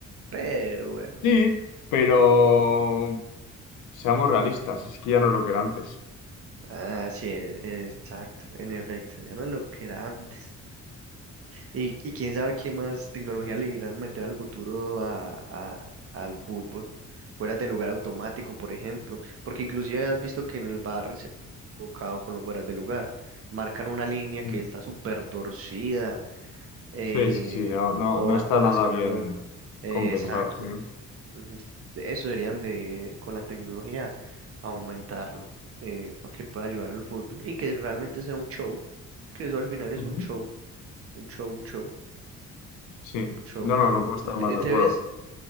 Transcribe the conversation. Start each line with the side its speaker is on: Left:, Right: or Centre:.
Right: Pero bueno,
Left: Sí, pero
Right: no- no.
Left: seamos realistas, es que ya no es lo que era antes.
Right: Ah, sí, e- exacto, en efecto, ya no es lo que era antes. Y, y quién sabe qué más tecnología le irán a meter al futuro a, a- al fútbol. Fueras de lugar automático, por ejemplo. Porque inclusive has visto que en el bar se ha equivocado con los fueras de lugar. Marcan una línea que
Left: Mm.
Right: está súper torcida. eh,
Left: Sí, sí, sí, no,
Right: co-
Left: no,
Right: cobran
Left: no está
Right: cosas
Left: nada
Right: que
Left: bien
Right: no son. Eh,
Left: compensado,
Right: exacto.
Left: sí.
Right: ujú. De Eso deberían de, con la tecnología, aumentarlo. eh, para que pueda ayudar al fútbol. Y que realmente sea un show. Que eso al final es
Left: Ujú.
Right: un show. Un show, un show.
Left: Sí,
Right: Un show.
Left: no, no, no puedo
Right: Eh,
Left: estar
Right: Te,
Left: más de
Right: te
Left: acuerdo.
Right: ves,